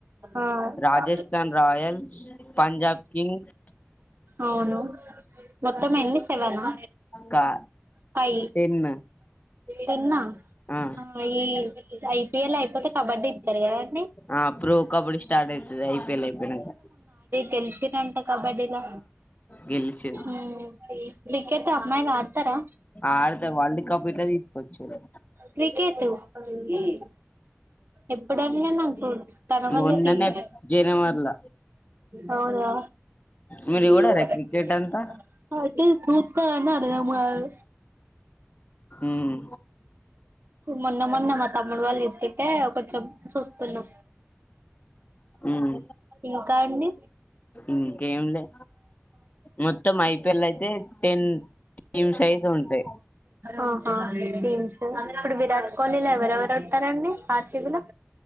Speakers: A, on the right (about 50°); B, on the left (about 35°).
A: ఆ
B: రాజస్థాన్
A: ఆ
B: రాయల్స్ పంజాబ్ కింగ్స్
A: అవును మొత్తమ్ము ఎన్ని సెవెనా
B: కా
A: ఫై
B: టెన్
A: టెన్ ఆ
B: ఆ
A: హా యే ఐపీఎల్ అయిపోతే కబడ్డీ ఇంతరు కాదన్
B: ఆ ప్రో కబడ్డి స్టార్ట్ అయితది. ఐపిఎల్ అయిపోయినక
A: తెలిసినన్ కో కబడ్డీలో
B: గెలిచి
A: హు పోయ్ క్రికెట్ అమ్మాయిలు ఆడతారా
B: ఆడతే వరల్డ్ కప్ ఎట్ల తీసుకోచేరు
A: క్రికెట్ మ్మ్ ఎప్పుడలే నాకు తన వల్లే
B: మొన్ననే
A: ఫీల్డ్
B: జనవరిల
A: అవునా
B: మీరు
A: <unintelligible>
B: చూడరా క్రికెట్ అంతా
A: చూస్తా కానీ అర్థం కాదు
B: మ్మ్
A: మొన్న మొన్న మా తమ్ముడు వాళ్ళు చూస్తుంటే కొంచెం చూతున్నా
B: ఉమ్
A: ఇంకా అండి
B: ఇంకేంలే మొత్తం ఐపీఎల్ అయితే టెన్ టీమ్స్ అయితే ఉంటాయి
A: ఆహా టీమ్స్ ఇప్పుడు విరాట్ కోహ్లీలో ఎవరెవరు వస్తారు అండి ర్సిబిలో